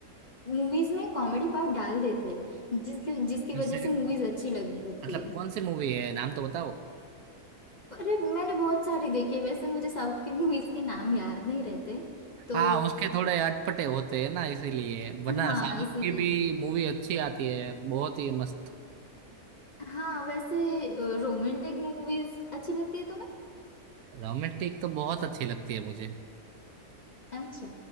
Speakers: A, on the left (about 40°); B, on the right (about 80°).
A: मूवीज में कॉमेडी पार्ट डाल देते हैं जिसकी जिसकी
B: जैसे
A: वजह से मूवीज अच्छी लगने लगती
B: मतलब
A: है
B: कौन सी मूवी है नाम तो बताओ
A: अरे मैंने बहुत सारी देखी है वैसे मुझे साउथ की <laughs> मूवीज के नाम याद नहीं रहते तो
B: हाँ उसके थोड़े अटपटे होते हैं ना इसीलिए वरना
A: हाँ
B: साउथ
A: इसीलिए
B: की भी मूवी अच्छी आती है बहुत ही मस्त
A: हाँ वैसे रोमांटिक मूवीज अच्छी लगती है तुम्हें
B: रोमांटिक तो बहुत अच्छी लगती है मुझे
A: अच्छा